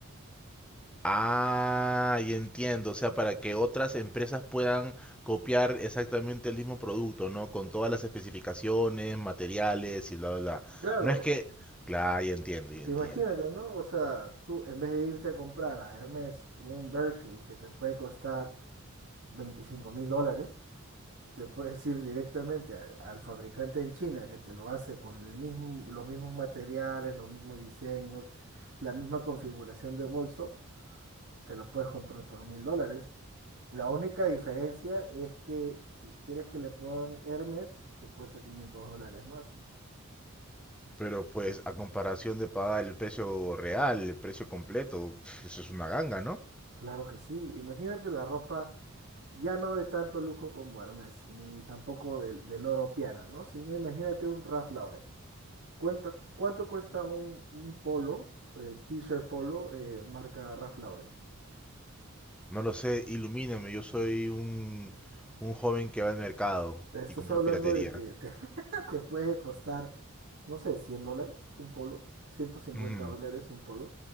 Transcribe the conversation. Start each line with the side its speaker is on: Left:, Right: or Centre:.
Centre: Ah, y entiendo, o sea, para que otras empresas puedan copiar exactamente el mismo producto, ¿no? Con todas las especificaciones, materiales y bla, bla, bla.
Right: Claro,
Centre: No es que, claro, ya entiendo, ya
Right: Imagínate,
Centre: entiendo.
Right: ¿no? O sea, tú en vez de irte a comprar a Hermes un Berkeley que te puede costar veinticinco mil dólares, te puedes ir directamente a- al fabricante en China que te lo hace con el mismo, los mismos materiales, los mismos diseños, la misma configuración de bolso, te lo puedes comprar por mil dólares. La única diferencia es que si quieres que le pongan Hermes, te cuesta 500 dólares más.
Centre: Pero pues a comparación de pagar el precio real, el precio completo, pf, eso es una ganga, ¿no?
Right: Claro que sí. Imagínate la ropa. ya no de tanto lujo como Hermes, ni tampoco del, del oro piana, ¿no? Sino imagínate un Ralph Lauren. Cuenta, ¿cuánto cuesta un, un polo, eh, t-shirt polo, eh, marca Ralph Lauren?
Centre: No lo sé, ilumíname, yo soy un, un joven que va al mercado
Right: Te estás
Centre: y compra
Right: hablando
Centre: piratería.
Right: de que te, <laughs> te puede costar, no sé, 100 dólares un polo, ciento cincuenta
Centre: Ujú,
Right: dólares un polo,